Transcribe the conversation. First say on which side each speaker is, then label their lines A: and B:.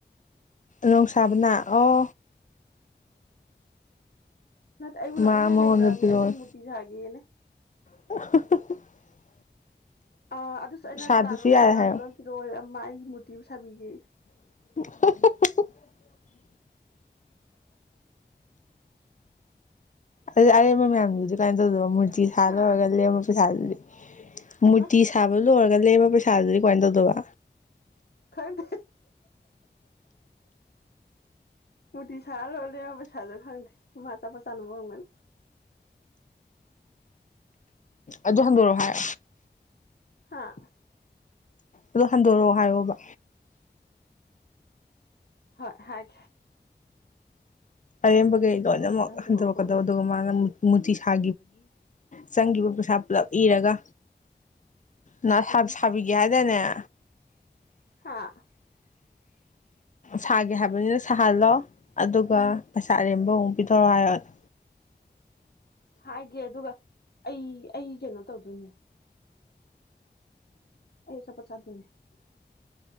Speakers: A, on the left; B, on the left.
A: ꯔꯣꯡꯁꯕꯅ ꯑꯣ
B: ꯅꯠꯇꯦ ꯑꯩꯕꯨ ꯂꯥꯛꯅꯤꯡꯉꯥꯏ
A: ꯃꯥ ꯃꯉꯣꯟꯗ
B: ꯂꯩꯕ꯭ꯔꯥꯕꯅꯤ
A: ꯄꯤꯔꯛꯑꯣ
B: ꯑꯩꯕꯨ ꯃꯨꯔꯇꯤ ꯁꯥꯥꯒꯦꯅꯦ
A: <unintelligible>
B: ꯑ ꯑꯗꯨꯁꯨ ꯑꯩꯅ
A: ꯁꯥꯗ꯭ꯔꯁꯨ
B: ꯇꯥꯟꯕ ꯄꯩꯁꯥ
A: ꯌꯥꯔꯦ
B: ꯃꯌꯥꯝꯗꯣ
A: ꯍꯥꯏꯌꯣ
B: ꯂꯣꯏ ꯄꯤꯔꯛꯑꯣꯔꯦ ꯃꯥꯏ ꯃꯨꯇꯤꯕꯨꯁꯥꯕꯤꯒꯤ
A: <unintelligible> ꯑ ꯑꯦꯝ ꯃꯌꯥꯝ ꯅ ꯑꯗꯨ ꯃꯨꯔꯇꯤ ꯁꯥ
B: ꯍꯥ
A: ꯂꯣꯔꯒ ꯑꯃ ꯄꯁꯗꯗꯤ
B: ꯀꯩꯕ
A: ꯃꯨꯔꯇꯤ ꯁꯥꯕ ꯂꯣ ꯑꯣꯏꯔ ꯂꯩꯕ ꯄꯩꯁꯥꯗꯨꯗꯤ ꯀꯃꯥꯏꯅ ꯇꯧꯗꯕ
B: ꯈꯪꯗ ꯃꯨꯗꯤ ꯁꯥ ꯂꯣꯗ ꯄꯁꯥꯗꯣ ꯈꯪꯗ ꯃꯥ ꯆꯥꯄ ꯆꯅꯕꯒꯅꯦ
A: ꯑꯗꯨ ꯍꯟꯗꯔꯣ ꯍꯥꯏ
B: ꯍꯥꯥ
A: ꯑꯗꯣ ꯍꯟꯗꯣꯔꯛꯑꯣ ꯍꯥꯏꯔꯣꯕ
B: ꯍꯣꯏ ꯍꯥꯏꯦ
A: ꯑꯔꯦꯝꯕꯈꯩ ꯂꯣꯏꯅꯃꯛ
B: ꯄꯩꯁꯥꯗꯣ ꯍꯟꯗꯣꯔꯛꯎꯀꯣꯅ
A: ꯍꯟꯗꯣꯔꯛꯀꯗꯕ ꯑꯗꯨꯒ ꯃꯥꯅ ꯃꯨꯔꯇꯤ ꯁꯥ ꯆꯪꯈꯤꯕ ꯄꯩꯁꯥ ꯄꯨꯂꯞ ꯏꯔꯒ ꯅꯅꯥ ꯁ
B: ꯎꯝ
A: ꯁꯕꯤꯒꯦꯍꯗꯦꯅꯦ <unintelligible>
B: ꯍꯥꯥ
A: ꯁꯥꯒꯦ ꯍꯥꯏꯕꯅꯤꯅ ꯁꯥꯍꯜꯂꯣ ꯑꯗꯨꯒ
B: ꯎꯝ
A: ꯄꯩꯁꯥ ꯑꯔꯦꯝꯕ ꯑꯃꯨꯛ ꯄꯤꯊꯧꯔꯣ ꯍꯥꯏꯔꯣꯅꯦ
B: <unintelligible> ꯍꯥꯏꯦ ꯑꯗꯨꯒꯒ ꯑꯩ ꯑꯩ ꯀꯩꯅꯣ ꯇꯧꯗꯣꯏꯅꯦ ꯑꯩ ꯁꯄ ꯁꯥꯗꯨꯅꯦ